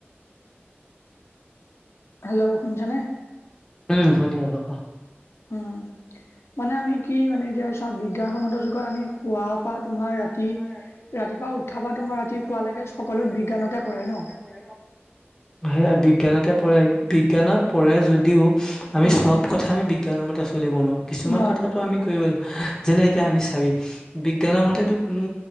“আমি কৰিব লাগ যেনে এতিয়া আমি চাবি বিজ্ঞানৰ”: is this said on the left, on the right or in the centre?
Left